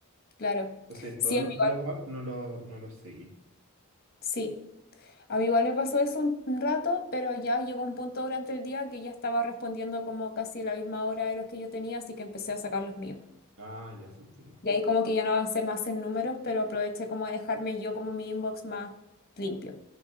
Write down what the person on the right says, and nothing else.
Entonces,
todos
los follow-up no, lo, no los seguí.
Ah, ya sí entiendo.